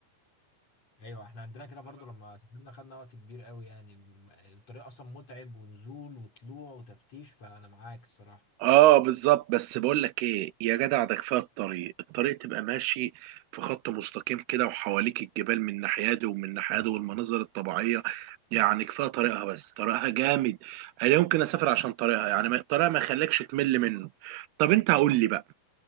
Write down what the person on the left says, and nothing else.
ايوه احنا عندنا كده برضو لما سافرنا خدنا وقت كبير قوي يعني الم- الطريق اصلا متعب ونزول وطلوع وتفتيش فانا معاك الصراحه
اه